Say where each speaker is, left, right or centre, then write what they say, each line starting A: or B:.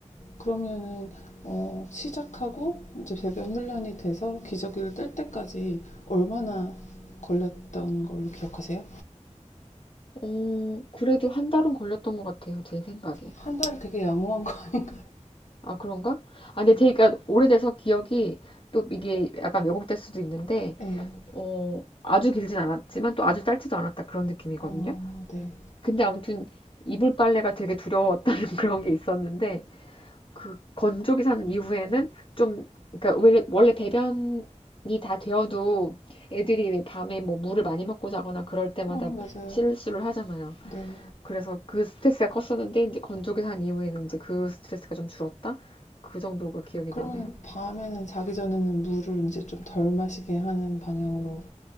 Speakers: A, on the left; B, on the left.
A: 그러면은 어, 시작하고 이제 배변 훈련이 돼서 기저귀를 뗄 때까지 얼마나 걸렸던 걸로 기억하세요?
B: 어, 그래도 한 달은 걸렸던 것 같아요. 제 생각에.
A: 한 달이 되게 양호한 거. <laughs>
B: 아, 그런가? 아, 근데 제가 오래돼서 기억이 또 이게 약간 왜곡될 수도 있는데,
A: 네.
B: 어, 아주 길진 않았지만 또 아주 짧지도 않았다 그런 느낌이거든요.
A: 아, 네.
B: 근데 아무튼 이불 빨래가 되게 두려웠다는 <laughs> 그런 게 있었는데 그 건조기 산 이후에는 좀 그러니까 원래, 원래 배변이 다 되어도 애들이 왜 밤에 뭐 물을 많이 먹고 자거나 그럴 때마다
A: 음, 맞아요.
B: 실수를 하잖아요.
A: 네.
B: 그래서 그 스트레스가 컸었는데 이제 건조기 산 이후에는 이제 그 스트레스가 좀 줄었다? 그 정도가 기억이
A: 그러면
B: 나네요.
A: 밤에는 자기 전에는 물을 이제 좀 덜 마시게 하는 방향으로